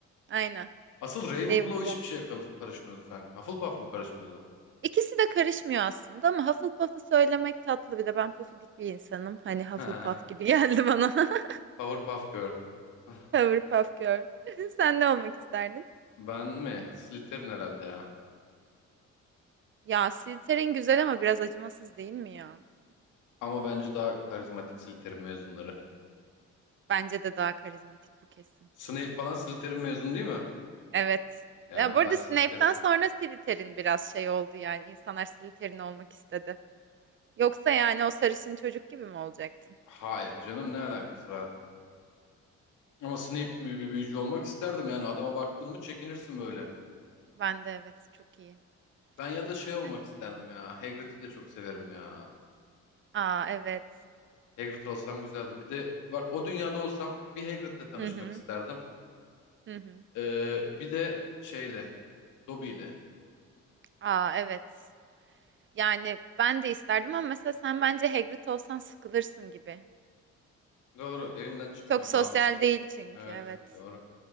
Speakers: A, on the right (about 40°); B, on the left (about 85°).
A: Aynen.
B: Asıl Ravenclaw
A: Ravenclaw.
B: hiçbir şeye karış- karışmıyordu sanki. Hufflepuff mı karışmıyordu?
A: İkisi de karışmıyor aslında ama Hufflepuff'u söylemek tatlı bir de ben pofidik bir insanım. Hani
B: <laughs>
A: Hufflepuff
B: Ha,
A: gibi <laughs> geldi bana. <laughs>
B: Powerpuff Girl. <laughs>
A: Hufflepuff Girl. <laughs> Sen ne olmak isterdin?
B: Ben mi? Slytherin herhalde ya.
A: Ya Slytherin güzel ama biraz acımasız değil mi ya?
B: Ama bence daha karizmatik Slytherin mezunları.
A: Bence de daha karizmatik bu kesin.
B: Snape falan Slytherin mezun değil mi?
A: Evet.
B: Ya
A: Ya bu arada
B: ben Slytherin.
A: Snape'den sonra Slytherin biraz şey oldu yani. İnsanlar Slytherin olmak istedi. Yoksa yani o sarışın çocuk gibi mi olacaktın?
B: Hayır canım ne alakası var? Ama Snape gibi bir büyücü olmak isterdim yani adama baktın mı çekinirsin böyle.
A: Ben de evet çok iyi.
B: Ben ya
A: Çok
B: da şey
A: iyiydi.
B: olmak isterdim ya. Hagrid'i de çok severim ya.
A: Aa evet.
B: Hagrid olsam güzeldi. Bir de bak o dünyada olsam bir Hagrid'le tanışmak
A: Hı hı.
B: isterdim.
A: Hı hı.
B: Ee, bir de şeyle, Dobby'yle.
A: Aa evet. Yani ben de isterdim ama mesela sen bence Hagrid olsan sıkılırsın gibi.
B: Doğru evinden çıkmıyor
A: Çok sosyal
B: falan.
A: değil çünkü
B: Evet
A: evet.
B: doğru.